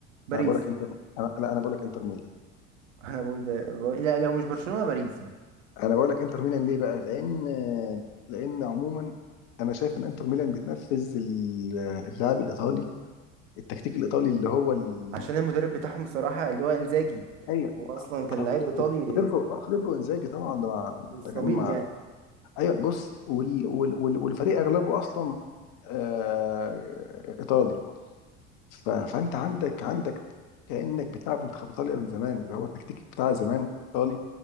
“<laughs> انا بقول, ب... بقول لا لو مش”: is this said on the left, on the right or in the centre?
Right